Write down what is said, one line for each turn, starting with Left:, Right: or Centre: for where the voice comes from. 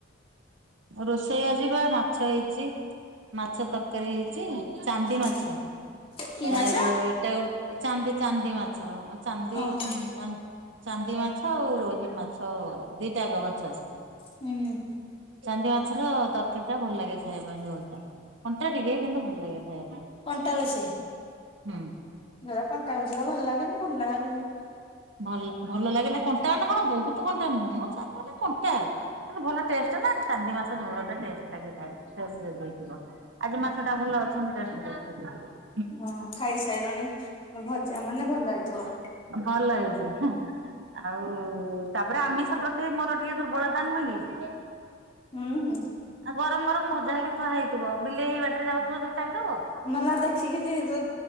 Right: ରୋଷେଇ ଆଯି ପା ମାଛ ହେଇଚି। ମାଛ ତର୍କାରୀ ହେଇଚି ଚାନ୍ଦି ମାଛ
Left: ହୁଁ କି
Right: ଏ
Left: ମାଛ
Right: ରୋ ଏଟା ଗୋଟେ ଚାନ୍ଦି ଚାନ୍ଦି ମାଛ ଚାନ୍ଦି
Left: ଓହୋ
Right: ଚା ଚାନ୍ଦି ମାଛ ଆଉ ରୋହି ମାଛ ଦିଟା ଙ୍କ ମାଛ ଆସ୍ଚି।
Left: ହୁଁ।
Right: ଚାନ୍ଦି ମାଛର ତର୍କାରୀ ଟା ଭଲ ଲାଗେ ଖାଇବା ପାଇଁ ଝୋଲ ଟା କଣ୍ଟା ଟିକେ କିନ୍ତୁ ଭଲ ଲାଗେ ଖାଇବା ପାଇଁ।
Left: ଟା ବେଶି।
Right: ହଁ।
Left: ଯୋଉରା କଣ୍ଟା ଅଛିତ ଭଲ ଲାଗେନି ଭଲ ଲାଗେ କିନ୍ତୁ।
Right: ଭଲ୍ ଭଲ ଲାଗେ ନା କଣ୍ଟା ମାନେ କଣ ବୋହୁ ତ୍ କଣ୍ଟା ନୁହଁ ମ ଚାର୍ ମାନେ କଣ୍ଟା ଭଲ ଟେଷ୍ଟ୍ ନା ଚାନ୍ଦି ମା ତା ଝୋଳଟା ଟେଷ୍ଟ୍ ଲାଗିଥାଏ ଟେଷ୍ଟ୍ ହେଇଥିବ। ଆଜି ମାଛ ଟା ଭଲ ଅଛି ମୁଁ ଟେଷ୍ଟ୍ ଥିଲି ଟିକେ।
Left: ଓ ଖାଇସାଇଲୁଣି। ଭଜା ମାନେ ଭଲ ଲାଗିଥିବ।
Right: ଭଲ ହେଇଚି। ଆଉ ତାପରେ ଆମିଷ ପ୍ରତି ମୋର ଟିକେ ଦୁର୍ବଳତା ନୁହଁ କି।
Left: ହୁଁ ହୁଁ।
Right: ଆଉ ଗରମ୍ ଗରମ୍ ଭଜା ହେଇକି ଥୁଆ ହେଇଥିବ ବିଲେଇ ହେଇ ବାଟ ରେ ଯାଉଥୁବ ଯଦି ଚାଟିଦବ।
Left: ମଲା ଦେଖିକି ଯି ଯୋ